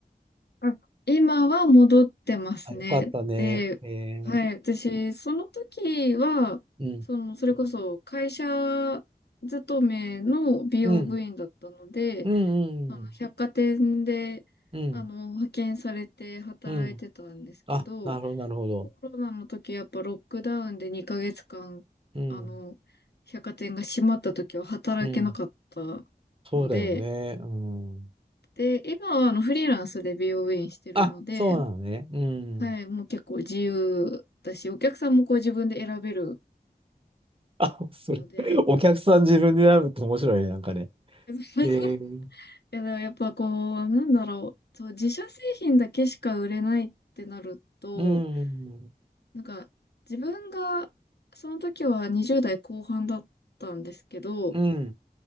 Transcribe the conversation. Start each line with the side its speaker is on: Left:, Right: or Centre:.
Left: あ今は戻ってますね。
Right: あ、よかったね。
Left: で、
Right: えー、
Left: はい、私、その時は、
Right: うん。
Left: その、それこそ会社勤めの美容部員だったので、
Right: うん。うん。
Left: あの、
Right: うん。
Left: 百貨店で、
Right: うん。
Left: あの、派遣されて働いてたんですけど、
Right: うん。あ、なるほど、なるほど。
Left: コロナの時やっぱロックダウンで2ヶ月間、
Right: うん。
Left: あの、百貨店が閉まった時は働けなかった
Right: うん。そうだよね。
Left: ので、
Right: うん。
Left: で、今はあの、フリーランスで美容部員してるので、
Right: あ、そうなのね。うん。
Left: はい、もう結構自由だし、お客さんもこう自分で選べる
Right: <laughs> あ、それ、
Left: ので、
Right: お客さん自分で選ぶと面白いね、なんかね。
Left: <laughs>
Right: えー、
Left: いやでもやっぱこう、なんだろう、そう、自社製品だけしか売れないってなると、
Right: うん。
Left: なんか自分が、その時は20代後半だったんですけど、
Right: うん。